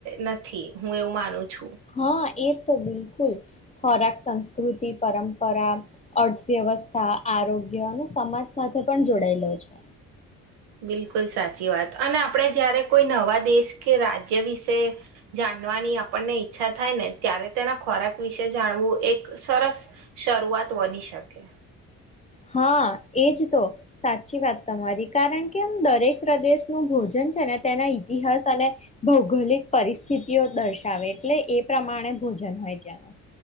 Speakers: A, on the right; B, on the left.
A: નથી હું એવું માનું છું.
B: હા એ તો બિલકુલ ખોરાક સંસ્કૃતિ પરંપરા અર્થવ્યવસ્થા આરોગ્ય અને સમાજ સાથે પણ જોડાયેલો છે.
A: બિલકુલ સાચી વાત અને આપણે જયારે કોઈ નવા દેશ કે રાજ્ય વિશે જાણવાની આપણને ઈચ્છા થાય ને ત્યારે તેના ખોરાક વિશે જાણવું એક સરસ શરૂઆત બની શકે.
B: હ એજ તો સાચી વાત તમારી કારણ કે દરેક પ્રદેશનું ભોજન છે ને તેના ઈતિહાસ અને ભૌગોલિક પરિસ્થિતિઓ દર્શાવે એટલે એ પ્રમાણે ભોજન હોય ત્યાંનું.